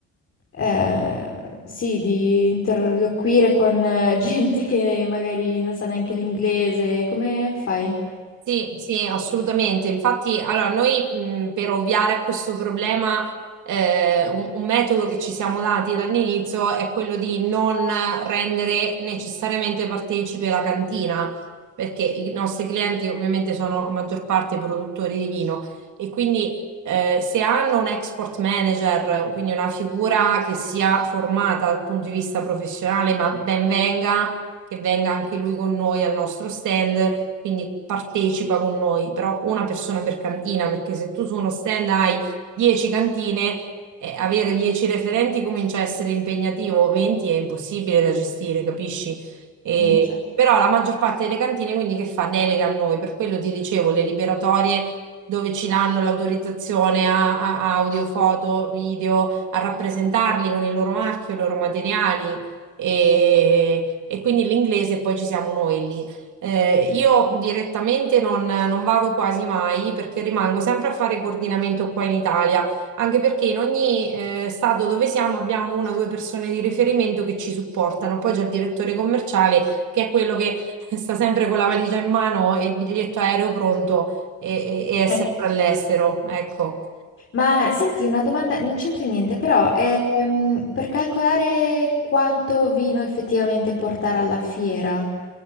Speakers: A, on the left; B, on the right.
A: eh, sì, di interloquire con eh, <laughs> gente che magari non sa neanche l'inglese. Come fai?
B: Sì, sì, assolutamente. Infatti, allora, noi mh, per ovviare a questo problema, eh, un, un metodo che ci siamo dati dall'inizio è quello di non rendere necessariamente partecipe la cantina, perché i nostri clienti ovviamente sono a maggior parte produttori di vino e quindi eh, se hanno un export manager, quindi una figura che sia formata dal punto di vista professionale, ma ben venga che venga anche lui con noi al nostro stand, quindi partecipa con noi, però una persona per cantina, perché se tu su uno stand hai 10 cantine, eh, avere 10 referenti comincia a essere impegnativo, 20 è impossibile da gestire, capisci? E-
A: Eh, cioè.
B: però la maggior parte delle cantine quindi che fa? Delega a noi, per quello ti dicevo, le liberatorie dove ci danno l'autorizzazione a, a audio, foto, video, a rappresentarli con il loro marchio, i loro materiali. E e quindi l'inglese poi ci siamo noi lì. Eh, io direttamente non, non vado quasi mai perché rimango sempre a fare coordinamento qua in Italia, anche perché in ogni eh, stato dove siamo abbiamo una o due persone di riferimento che ci supportano. Poi c'è il direttore commerciale che è quello che <laughs> sta sempre con la valigia in mano e il biglietto aereo pronto e, e- e è sempre
A: <laughs>
B: all'estero, ecco.
A: Ma senti, una domanda, non c'entra niente, però ehm, per calcolare quanto vino effettivamente portare alla fiera,